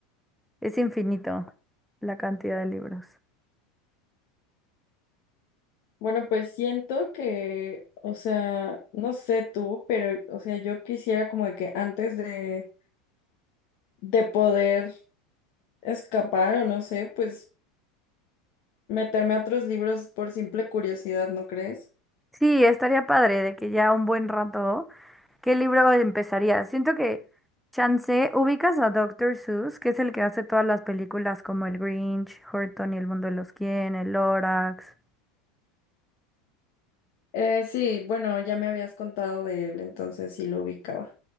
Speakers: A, in the centre; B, on the left.
A: Es infinito la cantidad de libros.
B: Bueno, pues siento que, o sea, no sé tú, pero, o sea, yo quisiera como de que antes de, de poder escapar o no sé, pues meterme a otros libros por simple curiosidad, ¿no crees?
A: Sí, estaría padre de que ya un buen rato, ¿qué libro empezaría? Siento que chance, ubicas a Doctor Seuss, que es el que hace todas las películas como El Grinch, Horton y el mundo de los quién, El Lorax.
B: Eh, sí, bueno, ya me habías contado de él, entonces sí lo ubicaba.